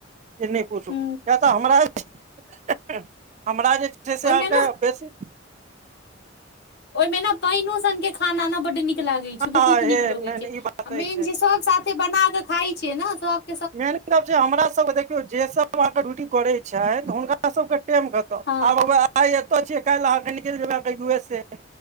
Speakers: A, on the right; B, on the left.
A: जे नहि पूछू
B: हूं
A: किया तऽ हमरा <inaudible> हमरा जे छै से
B: ओहिमे
A: अहाँ के
B: ने
A: बेसी
B: ओए मे ने पइनो सन के खाना न बड नीक लागे छै, बहुत
A: हँ हे
B: नीक लगै
A: नहि
B: छै,
A: नहि ई बात
B: आ मेन
A: अछि
B: जे सब साथ एतै बना कऽ खाय छीयै न सब
A: मेन गप्प छै हमरा सबके देखियौ जे सब अहाँके ड्यूटी करैय छैथि, हुनका सबके टेम कत,
B: हँ
A: आब हउए आय एतऽ छीय, काल्हि अहाँके निकल जेबय कही यू एस ए,